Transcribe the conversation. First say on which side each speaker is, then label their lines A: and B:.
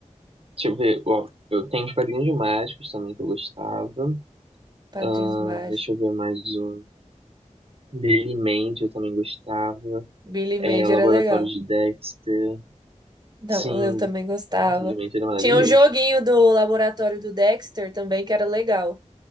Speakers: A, on the right; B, on the right.
A: Deixa eu ver, ó, eu tenho os quadrinhos mágicos também que eu gostava.
B: Padrinhos
A: Ah,
B: Mágicos.
A: deixa eu ver mais um. Daily Mandy eu também gostava.
B: Billy
A: É,
B: Mandy
A: Laboratório
B: era legal.
A: de Dexter.
B: Não,
A: Sim.
B: eu também gostava.
A: Nossa, Brilhante era maravilhoso.
B: Tinha um joguinho do laboratório do Dexter também que era legal,